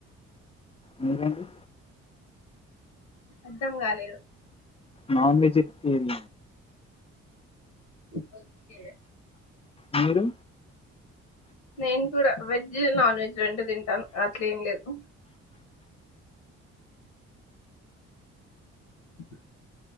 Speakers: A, on the left; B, on the left.
A: మీరండి
B: అర్ధం కాలేదు
A: నాన్ వెెజ్ టేరియన్
B: ఓక్కే
A: మీరు?
B: నేను కూడా వెజ్, నాన్ వెజ్ రెండు తింటాను అట్లేం లేదు. అఓ